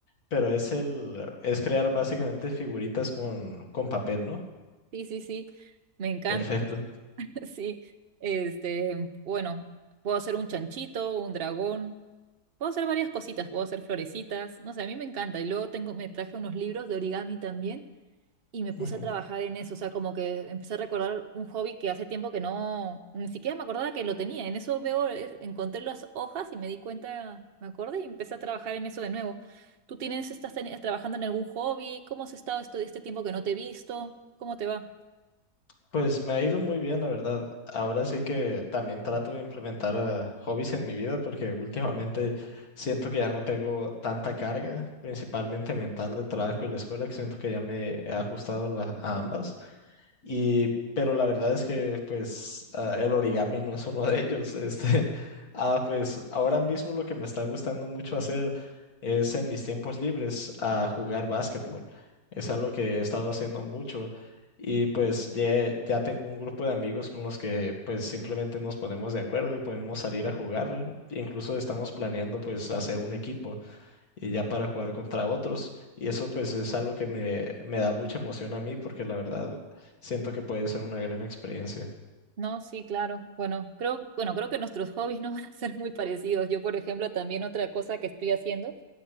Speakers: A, on the left (about 65°); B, on the right (about 45°).
A: pero es el, es crear básicamente figuritas con, con papel, ¿no?
B: Sí, sí, sí, me encanta.
A: Perfecto.
B: <laughs> Sí, este, bueno, puedo hacer un chanchito, un dragón. Puedo hacer varias cositas, puedo hacer florecitas, no sé, a mí me encanta. Y luego tengo, me traje unos libros de origami también y me puse
A: Ujú.
B: a trabajar en eso, o sea, como que empecé a recordar un hobby que hace tiempo que no, ni siquiera me acordaba que lo tenía. En eso veo, eh, encontré las hojas y me di cuenta, me acordé y empecé a trabajar en eso de nuevo. ¿Tú tienes, estás teni- trabajando en algún hobby? ¿Cómo has estado esto, este tiempo que no te he visto? ¿Cómo te va?
A: Pues me ha ido muy bien, la verdad. Ahora sí que también trato de implementar ah, hobbies en mi vida porque últimamente siento que ya no tengo tanta carga, principalmente mental del trabajo y la escuela, que siento que ya me he ajustado la- a ambas. Y, pero la verdad es que pues ah, el origami no es uno de ellos. Este, <laughs> ah, pues ahora mismo lo que me está gustando mucho hacer es en mis tiempos libres a jugar básquetbol. Es algo que he estado haciendo mucho y pues ya, ya tengo un grupo de amigos con los que pues simplemente nos ponemos de acuerdo y podemos salir a jugar. Incluso estamos planeando pues hacer un equipo y ya para jugar contra otros. Y eso pues es algo que me, me da mucha emoción a mí porque la verdad siento que puede ser una gran experiencia.
B: No, sí, claro. Bueno, creo, bueno, creo que nuestros hobbies no <laughs> van a ser muy parecidos. Yo, por ejemplo, también otra cosa que estoy haciendo.